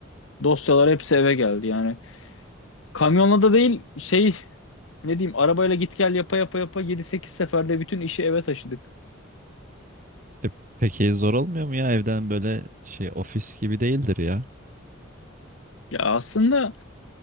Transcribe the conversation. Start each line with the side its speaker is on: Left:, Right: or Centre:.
Left: Dosyalar hepsi eve geldi yani. Kamyonla da değil şey ne diyeyim arabayla git gel yapa yapa yapa yedi sekiz seferde bütün işi eve taşıdık.
Right: E, peki zor olmuyor mu ya evden böyle şey ofis gibi değildir ya.
Left: Ya aslında